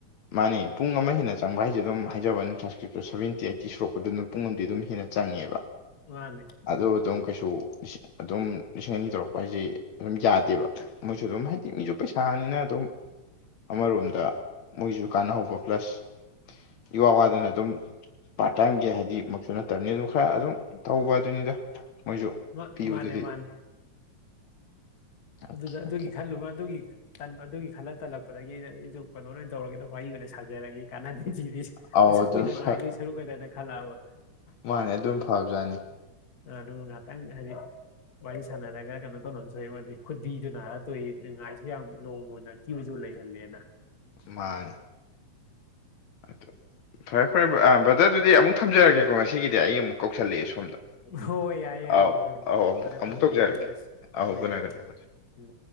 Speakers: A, on the left; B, on the left.
A: ꯃꯥꯅꯦ ꯄꯨꯡ ꯑꯃ ꯍꯦꯟꯅ ꯆꯪꯕ ꯍꯥꯏꯁꯦ ꯑꯗꯨꯝ ꯍꯥꯏꯖꯕꯋꯅꯤ ꯇ꯭ꯔꯟꯁꯀ꯭ꯞꯁꯟ ꯁꯚꯦꯟꯇꯤ ꯑꯩꯠꯤ ꯁꯨꯔꯛꯄꯗꯨꯅ ꯄꯨꯡ ꯑꯃꯗꯤ ꯑꯗꯨꯝ ꯍꯦꯟꯅ ꯆꯪꯉꯦꯕ
B: ꯃꯥꯅꯦ
A: ꯑꯗꯨ ꯑꯗꯨꯝ ꯀꯩꯁꯨ ꯂꯤꯁꯤꯡ ꯑꯗꯨꯝ ꯂꯤꯁꯤꯡ ꯑꯅꯤ ꯇꯧꯔꯛꯄ ꯍꯥꯏꯁꯤ ꯑꯗꯨꯝ ꯌꯥꯗꯦꯕ ꯃꯣꯏꯁꯨ ꯑꯗꯨꯝ ꯍꯥꯏꯗꯤ ꯃꯤꯁꯨ ꯄꯩꯁꯥꯥꯅꯤꯅ ꯑꯗꯨꯝ ꯑꯃꯔꯣꯝꯗ ꯃꯣꯏꯁꯨ ꯀꯥꯟꯅꯍꯧꯕ ꯄ꯭ꯂꯁ ꯏꯋꯥ ꯋꯥꯗꯅ ꯑꯗꯨꯝ ꯄꯥꯔꯠ ꯇꯥꯏꯝꯒꯤ ꯍꯥꯏꯗꯤ ꯃꯁꯨꯨ ꯅꯠꯇꯕꯅꯤꯅ ꯑꯗꯨꯝ ꯈꯔ ꯑꯗꯨꯝ ꯇꯧꯕ ꯑꯗꯨꯅꯤꯗ ꯃꯣꯏꯁꯨ
B: ꯃꯥ
A: ꯄꯤꯕꯗꯨꯗꯤ
B: ꯃꯥꯅꯦ ꯃꯥꯅꯦ
A: ꯑꯣꯀꯦ
B: ꯑꯗꯨꯗ ꯑꯗꯨꯒꯤ
A: ꯑꯣꯀꯦ
B: ꯈꯜꯂꯨꯕ ꯑꯗꯨꯒꯤ ꯇꯜꯕ ꯑꯗꯨꯒꯤ ꯈꯜꯂ ꯇꯜꯂꯛꯄꯗꯒꯤ ꯑꯩꯅ ꯑꯩꯁꯨ ꯀꯩꯅꯣ ꯑꯣꯏꯅ ꯇꯧꯔꯒꯦꯅ ꯋꯥꯔꯤ ꯑꯣꯏꯅ ꯁꯖꯔꯒꯦ ꯀꯥꯅꯗꯦ ꯖꯤꯔꯤ
A: ꯑꯧ
B: ꯑꯁꯨꯛ
A: ꯑꯗꯨꯝ
B: ꯀꯨꯏꯅ
A: ꯐ-
B: ꯉꯥꯏꯗꯣꯏ ꯁꯔꯨꯛ ꯑꯣꯏꯗꯅ ꯈꯜꯂꯛꯑꯕ
A: ꯃꯥꯅꯦ ꯑꯗꯨꯝ ꯐꯕꯖꯥꯠꯅꯤ
B: ꯑ ꯑꯗꯨ ꯉꯇꯪ ꯍꯥꯏꯗꯤ ꯋꯥꯔꯤ ꯁꯥꯟꯅꯔꯒ ꯀꯩꯅꯣ ꯇꯧꯅꯁꯨ ꯃꯗꯤ ꯈꯨꯗꯤꯗꯨ ꯅꯥꯔ ꯇꯣꯛꯏ ꯉꯥꯏꯁꯨ ꯌꯥꯝ ꯂꯣꯡ ꯑꯣꯏꯅ ꯀ꯭ꯌꯨꯁꯨ ꯂꯩ ꯀꯤꯍꯜꯂꯦꯅ
A: ꯃꯥꯅꯦ ꯑꯗꯨ ꯐꯔꯦ ꯐꯔꯦ ꯕ꯭ꯔ ꯑ ꯕ꯭ꯔꯗꯔ ꯑꯗꯨꯗꯤ ꯑꯃꯨꯛ ꯊꯝꯖꯔꯒꯦꯀꯣ ꯉꯁꯤꯒꯤꯗꯤ ꯑꯩ ꯑꯃꯨꯛ ꯀꯧꯁꯜꯂꯛꯑꯦ ꯁꯣꯝꯗ
B: ꯍꯣꯏ ꯌꯥꯔꯦ ꯌꯥꯔꯦ
A: ꯑꯥꯎ ꯑꯥꯎ ꯑꯃꯨꯛ
B: ꯐꯔꯦ
A: ꯑꯃꯨꯛ
B: ꯐꯔꯦ
A: ꯇꯧꯖꯔꯛꯀꯦ
B: ꯒꯨꯠꯅꯥꯏꯠ ꯑꯣꯏꯔꯁꯤ
A: ꯑꯥꯎ
B: ꯑꯣ
A: ꯒꯨꯗ ꯅꯥꯏꯠ
B: ꯌꯔꯦ
A: ꯒꯨꯗ ꯅꯥꯏꯠ
B: ꯎꯝ